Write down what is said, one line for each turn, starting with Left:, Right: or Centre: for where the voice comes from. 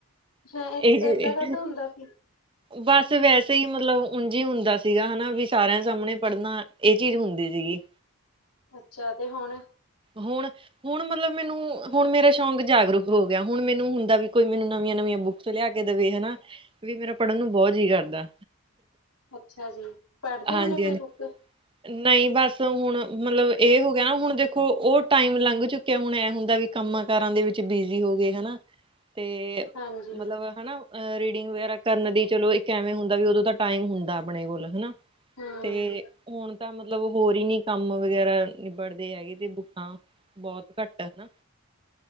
Left: ਹਾਂ
Right: ਇਹ
Left: ਏਦਾਂ ਕਾਹਤੋਂ ਹੁੰਦਾ ਸੀ
Right: ਬਸ ਵੈਸੇ ਹੀ ਮਤਲਬ ਉਂਝ ਹੀ ਹੁੰਦਾ ਸੀਗਾ ਹਨਾ ਵੀ ਸਾਰਿਆਂ ਸਾਹਮਣੇ ਪੜਨਾ। ਇਹ ਚੀਜ਼ ਹੁੰਦੀ ਸੀਗੀ।
Left: ਅੱਛਾ ਤੇ ਹੁਣ
Right: ਹੁਣ ਹੁਣ ਮਤਲਬ ਮੈਨੂੰ ਹੁਣ ਮੇਰਾ ਸ਼ੌਕ ਜਾਗਰੂਕ ਹੋ ਗਿਆ ਹੁਣ ਮੈਨੂੰ ਹੁੰਦਾ ਵੀ ਕੋਈ ਮੈਨੂੰ ਨਵੀਆਂ ਨਵੀਆਂ ਬੁੱਕਸ ਲਿਆ ਕੇ ਦੇਵੇ ਹਨਾ। ਵੀ ਮੇਰਾ ਪੜਨ ਨੂੰ ਬਹੁਤ ਜੀਅ ਕਰਦਾ
Left: ਅੱਛਾ ਜੀ ਪੜ੍ਹਦੇ
Right: ਹਾਂਜੀ
Left: ਹੁੰਦੇ
Right: ਹਾਂਜੀ।
Left: ਕੋਈ ਬੁੱਕ
Right: ਨਹੀਂ ਬਸ ਹੁਣ ਮਤਲਬ ਇਹ ਹੋ ਗਿਆ ਨਾ ਹੁਣ ਦੇਖੋ। ਉਹ ਟਾਈਮ ਲੰਘ ਚੁੱਕਿਆ ਹੁਣ ਐ ਹੁੰਦਾ ਵੀ ਕੰਮਾਂ ਕਾਰਾਂ ਦੇ ਵਿੱਚ ਬਿਜੀ ਹੋ ਗਏ ਹਨਾ। ਤੇ
Left: ਹਾਂਜੀ
Right: ਮਤਲਬ ਹਨਾ ਰੀਡਿੰਗ ਵਗੈਰਾ ਕਰਨ ਦੀ ਚਲੋ ਇੱਕ ਐਵੇਂ ਹੁੰਦਾ ਵੀ ਉਦੋਂ ਟਾਈਮ ਹੁੰਦਾ ਆਪਣੇ ਕੋਲ ਹਨਾ।
Left: ਹੂੰ
Right: ਤੇ ਹੁਣ ਤਾਂ ਮਤਲਬ ਹੋਰ ਹੀ ਨੀ ਕੰਮ ਵਗੈਰਾ ਨਿਬੜਦੇ ਹੈਗੇ। ਤੇ ਬੁੱਕਾਂ ਬਹੁਤ ਘੱਟ ਹਨਾ